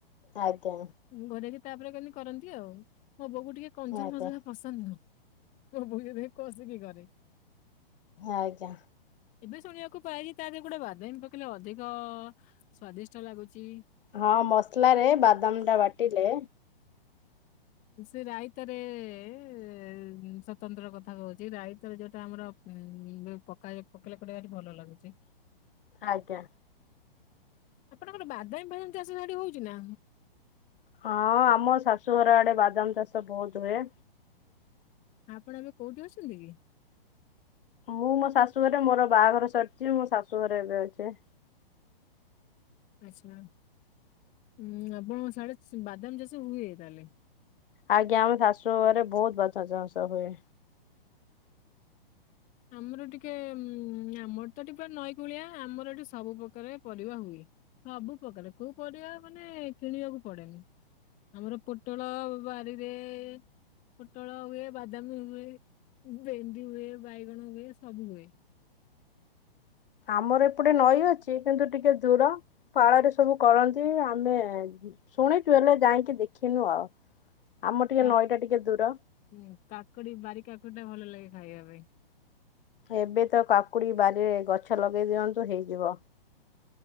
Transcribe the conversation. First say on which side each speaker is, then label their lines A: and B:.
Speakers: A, on the left; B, on the left.
A: ଆଜ୍ଞା।
B: ଘୋଡେଇକି ତାପରେ କେମିତି କରନ୍ତି ଆଉ ମୋ ବୋଉକୁ ଟିକେ କଞ୍ଚା
A: ଆଜ୍ଞା
B: ମସଲା ପସନ୍ଦ ନୁହଁ। ତ ର ବୁଝ ଦେଇ କସିକି କରେ।
A: ଆଜ୍ଞା।
B: ଏବେ ଶୁଣିବାକୁ ପାଇଛି ତା ଦେହ ଗୋଟେ ବାଦାମି ପକେଇଲେ ଅଧିକ ସ୍ଵାଦିଷ୍ଟ ଲାଗୁଚି।
A: ହଁ ମସଲାରେ ବାଦାମଟା ବାଟିଲେ
B: ସେ ରାଇତାରେ ଉହୁଁ ସ୍ୱତନ୍ତ୍ର କଥା କହୁଛି ରାଇତ ଯୋଉଟା ଆମର ଉ ପକାଇ ପକାଇଲେ କୁଆଡେ ଭଲ ଲାଗୁ ସେ।
A: ଆଜ୍ଞା।
B: ଆପଣଙ୍କର ବାଦାମୀ ଫଦାମୀ ଚାଷ ସେଠି ହଉଚି ନା?
A: ହଁ ଆମ ଶାଶୁଘର ଆଡେ ବାଦାମ ଚାଷ ବହୁତ ହୁଏ।
B: ଆପଣ ଏବେ କୋଉଠି ଅଛନ୍ତି କି?
A: ମୁଁ ମୋ ଶାଶୁ ଘରେ ମୋର ବାହାଘର ସରିଛି ମୋ ଶାଶୁ ଘରେ ଏବେ ଅଛେ।
B: <inaudible> ଆଛା ଉଁ ଆପଣ ସାଢେ ବାଦାମ ଚାଷ ହୁଏ ତାହେଲେ।
A: ଆଜ୍ଞା ଆମେ ଶାଶୁ ଘରେ ବହୁତ ବସଚାଷ ବାସ ହୁଏ।
B: ଆମର ଟିକେ ଆମର ତ ଟିକ ନଈକୂଳିଆ ଆମର ଏଠି ସବୁ ପ୍ରକାର ପରିବା ହୁଏ। ସବୁ ପ୍ରକାରେ କୋଉ ପରିବା ମାନେ କିଣିବାକୁ ପଡେନି। ଆମର ପୋଟଳ ବାରିରେ ପୋଟଳ ହୁଏ ବାଦାମୀ ହୁଏ ଭେଣ୍ଡି ହୁଏ ବାଇଗଣ ହୁଏ ସବୁ ହୁଏ।
A: ଆମର ଏପଟେ ନଈ ଅଛି କିନ୍ତୁ ଟିକେ ଦୂର ପାଳରେ ସବୁ କରନ୍ତି ଆମେ ଶୁଣିଛୁ ହେଲେ ଯାଇକି ଦେଖିନୁ ଆଉ। ଆମ ଟିକେ
B: କ
A: ନଈଟା ଟିକେ ଦୂର
B: ହଁ କାକୁଡି ବାରି କାକୁଡି ଟା ଭଲ ଲାଗେ ଖାଇବା ପାଇଁ।
A: ଏବେ ତ କାକୁଡି ବାରିରେ ଗଛ ଲଗେଇ ଦିଅନ୍ତୁ ହେଇଯିବ।